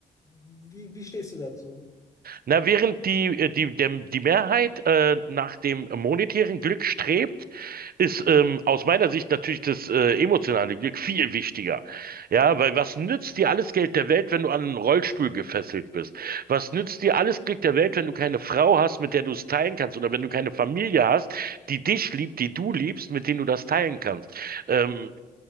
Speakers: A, on the left (about 20°); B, on the right (about 60°).
A: wie, wie stehst du dazu?
B: Na, während die, äh, die, der, die Mehrheit äh, nach dem monetären Glück strebt, ist ähm, aus meiner Sicht natürlich das äh, emotionale Glück viel wichtiger. Ja, weil was nützt dir alles Geld der Welt, wenn du an einen Rollstuhl gefesselt bist? Was nützt dir alles Glück der Welt, wenn du keine Frau hast, mit der du es teilen kannst? Oder wenn du keine Familie hast, die dich liebt, die du liebst, mit denen du das teilen kannst? Ähm,